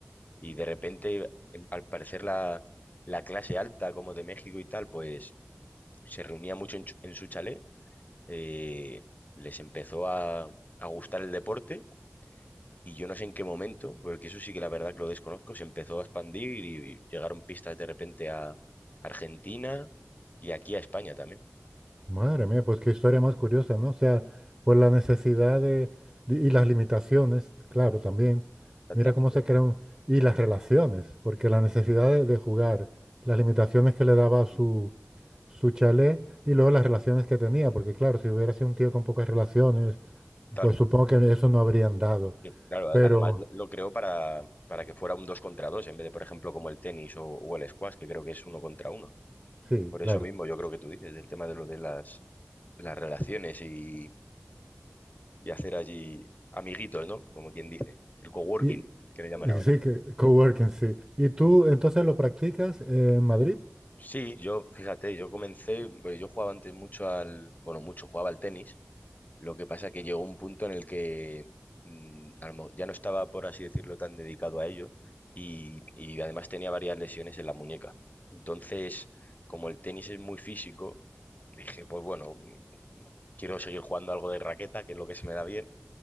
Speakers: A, on the left; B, on the right.
A: Y de repente, en- al parecer, la, la clase alta, como de México y tal, pues se reunía mucho en, chu- en su chalet, eh, les empezó a, a gustar el deporte y yo no sé en qué momento, porque eso sí que la verdad que lo desconozco, se empezó a expandir y, y llegaron pistas de repente a Argentina y aquí a España también.
B: Madre mía, pues qué historia más curiosa, ¿no? O sea,
A: Mm,
B: por la necesidad de, de- y las limitaciones, claro, también.
A: Exactamente.
B: Mira cómo se crean, y las relaciones, porque la necesidad de, de jugar, las limitaciones que le daba su,
A: Mm,
B: su chalet y luego las relaciones que tenía, porque claro, si hubiera sido un tío con pocas relaciones,
A: Claro,
B: pues supongo que eso no habrían dado.
A: sí, claro. a-
B: Pero
A: Además lo, lo creó para, para que fuera un dos contra dos en vez de, por ejemplo, como el tenis o, o el squash, que creo que es uno contra uno.
B: sí,
A: Por
B: claro.
A: eso mismo, yo creo que tú dices, del tema de lo de las, las relaciones y, y hacer allí amiguitos, ¿no? Como quien dice, el coworking,
B: Y,
A: que le llaman
B: y
A: ahora.
B: sí, que coworking, sí. ¿Y tú entonces lo practicas eh, en Madrid? <laughs>
A: Sí, yo, fíjate, yo comencé, bueno, yo jugaba antes mucho al, bueno, mucho, jugaba al tenis, lo que pasa que llegó un punto en el que mm, a lo mo- ya no estaba, por así decirlo, tan dedicado a ello y, y además tenía varias lesiones en la muñeca. Entonces, como el tenis es muy físico, dije, pues bueno, mm, quiero seguir jugando algo de raqueta, que es lo que se me da bien